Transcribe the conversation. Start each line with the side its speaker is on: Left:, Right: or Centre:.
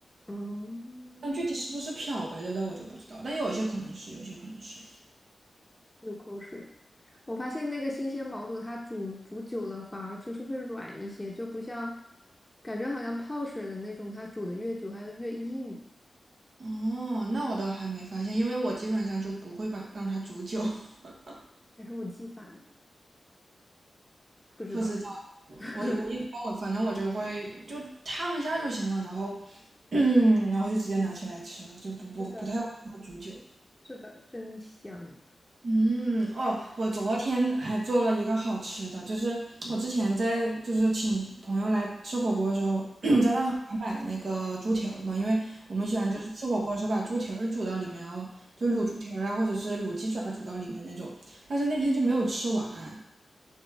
Left: 嗯，
Right: 但具体是不是漂白掉的我就不知道，但有一些可能是，有一些可能是。
Left: 流口水。我发现那个新鲜毛肚，它煮煮久了反而就是会软一些，就不像感觉好像泡水的那种，它煮的越久还会越硬。
Right: 哦，那我倒还没发现，因为我基本上就不会把让它煮久，<laughs>
Left: 还是我记反了，不知道。
Right: 不知道。
Left: <laughs>
Right: 我我一般我反正我就会就烫一下就行了，然后，<clears throat> 嗯，然后就直接拿起来吃了，就不不不太会让它煮久。
Left: 是的，是的。是的，真香。
Right: 嗯，哦，我昨天还做了一个好吃的，就是我之前在就是请朋友来吃火锅的时候，<clears throat>
Left: 嗯
Right: 在大统华买了那个猪蹄儿嘛，因为我们喜欢就是吃火锅的时候把猪蹄儿煮到里面，然后就卤猪蹄儿啊，或者是卤鸡爪煮到里面那种。但是那天就没有吃完，